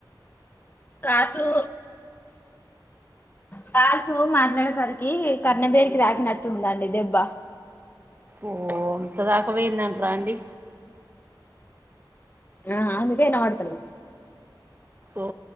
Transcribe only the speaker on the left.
కాట్లు కాల్సు మాట్లాడేసరికి కర్ణభేరికి తాకినట్టుందండి దెబ్బ
ఆ అందుకె ఇనపడుతలేదు